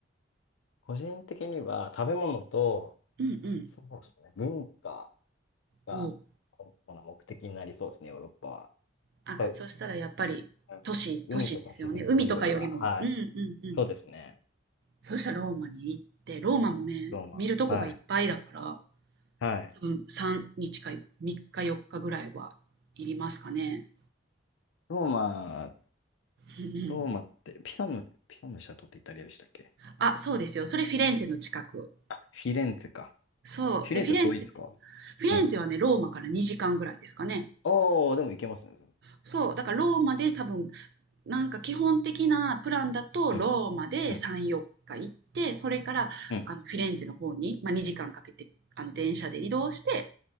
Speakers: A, on the left; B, on the right.
A: 個人的には食べ物と、
B: うんうん。
A: そうですね、文化が主な目的になりそうですね、
B: おう。
A: ヨーロッパは。
B: あ、
A: やっぱ
B: そしたらやっぱり都市、
A: うん海とか自然というよりは、
B: 都市ですよね。海とかよりも。
A: はい。
B: うんうんうん。
A: そうですね。
B: そしたらローマに行って、ローマもね、
A: ローマ。
B: 見るとこがいっぱいだから、
A: はい。はい。
B: 多分3日か3日4日ぐらいはいりますかね。
A: ローマ、
B: うんうん。
A: ローマって、ピサム、ピサムのシャトってイタリアでしたっけ
B: あ、そうですよ。それフィレンツェの近く。
A: あ、フィレンツェか。
B: そう。
A: フィレンツェ遠いですか
B: で、フィレンツェ、フィレンツェはね、
A: うん。
B: ローマから2時間ぐらいですかね。
A: おー、でも行けますね。
B: そう。だからローマで多分なんか基本的なプランだと、
A: うん、
B: ローマで3、
A: うん、
B: 4日行って、それからあのフィレンツェの方に、
A: うん、
B: まあ、2時間かけてあの電車で移動して、